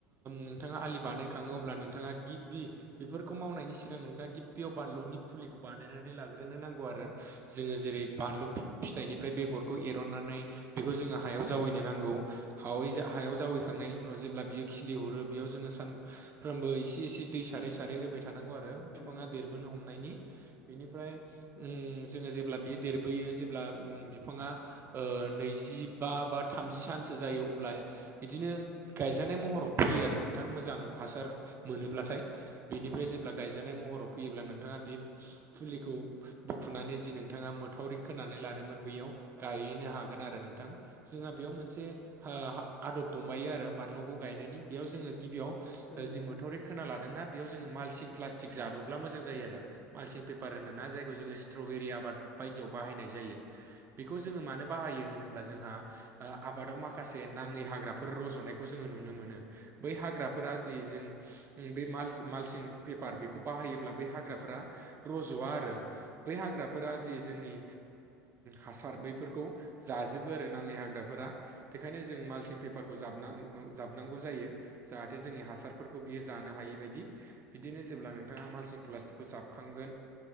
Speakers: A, on the right (about 35°); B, on the left (about 50°).
A: नोंथाङा आलि बानायखाङो अब्ला
B: बिनिफ्राय
A: नोंथाङा गि गिबि बेफोरखौ मावनायनि सिगां नोंथाङा गिबियाव बानलुनि फुलिखौ बानायायनानै लाग्रोनो नांगौ आरो। जोङो जेरै बानलु फिथाइनिफ्राय बेगरखौ एरननानै बेखौ जोङो हायाव जावैनो नांगौ हावै हायाव जावैखांनायनि उनाव जेब्ला बियो खिलिहरो बेयाव जोङो सानफ्रोमबो इसे एसे दै सारै सारै होबाय थानांगौ आरो
B: औ
A: बिफाङा
B: नोंथां औ
A: देरबोनो हमनायनि। बिनिफ्राय उम जोङो जेब्ला बेयो देरबोयो जेब्ला उम बिफाङा नैजि बा बा थामजि सानसो जायो अब्ला बिदिनो गायजानाय महराव फैयो आरो नोंथां मोजां हासार मोनोब्लाथाय। बेनिफ्राय जेब्ला गायजानाय महराव फैयोब्ला नोंथाङा बे फुलिखौ बुखुनानै जि नोंथाङा मोथावरि खोनानै लादोंमोन बेयाव गायहैनो हागोन आरो नोंथां। जोंहा बेयाव मोनसे आदब दंबायो आरो बानलुखौ गायनायनि बेयाव जोङो गिबियाव जि
B: औ नोंथां औ
A: मोथावरि खोना लादोंना बेयाव जोङो माल्सिं प्लास्टिक जाबोब्ला मोजां जायो आरो। माल्सिं पेपार होनो ना जायखौ जोङो स्ट्रबेरि आबाद बायदियाव बाहायनाय जायो। बेखौ जोङो मानो बाहायो होनोब्ला जोंहा आबादाव माखासे नाङै हाग्रा फोर रज'नायखौ जोङो नुनो मोनो बै हाग्राफोरा जि जों बे माल्सिं पेपार बेखौ बाहायोब्ला बे हाग्राफ्रा रज'वा आरो बै हाग्राफोरा जि जोंनि हासार बैफोरखौ जाजोबो आरो नांङै हाग्राफोरा बेखायनो जों माल्सिं पेपारखौ जाबना जाबनांगौ जायो जाहाथे जोंनि हासारफोरखौ बियो जानो हायै बायदि। बिदिनो जेब्ला नोंथाङा मालसिं प्लास्टिकखौ जाबखांगोन।